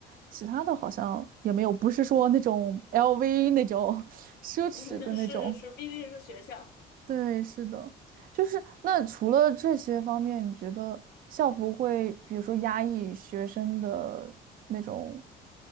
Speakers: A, on the right (about 55°); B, on the left (about 80°).
A: 其他的好像也没有，不是说那种 LV 那种 <laughs> 奢侈的那种。
B: <laughs> 嗯，是是是，毕竟是学校。
A: 对，是的，就是那除了这些方面，你觉得校服会比如说压抑学生的那种